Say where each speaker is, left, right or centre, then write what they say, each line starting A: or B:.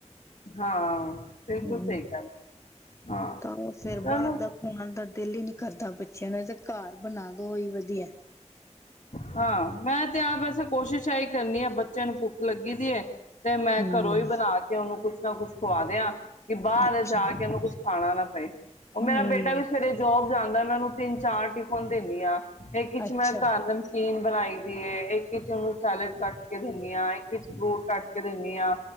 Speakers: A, on the left; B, on the left.
A: ਹਾਂ, ਬਿਲਕੁਲ
B: ਹਮ
A: ਸਹੀ ਗੱਲ ਹਾਂ,
B: ਤਾਂ ਉਹ ਫੇਰ
A: ਚਲੋ।
B: ਬਾਹਰ ਦਾ ਖਾਣ ਦਾ ਦਿਲ ਹੀ ਨੀ ਕਰਦਾ ਬੱਚਿਆਂ ਦਾ, ਘਰ ਬਣਾਦੋ ਓਹੀ ਵਧੀਆ ਹੈ।
A: ਹਾਂ, ਮੈਂ ਤੇ ਆਪ ਵੈਸੇ ਕੋਸ਼ਿਸ਼ਾਂ ਇਹੀ ਕਰਨੀ ਹਾਂ ਬ ਚਣ ਭੁਕ ਲੱਗੀ ਦੀ ਹੈ। ਤੇ ਮੈਂ
B: ਹੂੰ।
A: ਘਰੋਂ ਹੀ ਬਣਾ ਕੇ ਉਹਨੂੰ ਕੁਛ ਨਾ ਕੁਛ ਖੁਆ ਦਿਆਂ। ਕਿ ਬਾਹਰ
B: ਅੱਛਾ,
A: ਜਾ ਕੇ ਉਹਨੂੰ ਕੁਛ ਪਾਣਾ ਨਾ ਪਏ। ਉਹ
B: ਹੂੰ,
A: ਮੇਰਾ ਬੇਟਾ ਵੀ ਸਵੇਰੇ ਜੋਬ ਜਾਂਦਾ, ਮੈਂ ਉਹਨੂੰ ਤਿੰਨ -ਚਾਰ ਟਿਫਨ ਦੇਨੀ ਹਾਂ। ਜੇ ਕਿਛੁ
B: ਅੱਛਾ,
A: ਮੈਂ ਘਰ ਨਮਕੀਨ। ਬਣਾਈ ਦੀ ਏ। ਇੱਕ ਕਿਚਨ ਨੂੰ ਸੈਲਡ ਕੱਟ ਕੇ ਧਨੀਆਂ ਆਏ। ਕਿਛੁ ਬੋ ਤਟ। ਕੇ ਦੇਨੀ ਆਾਂ।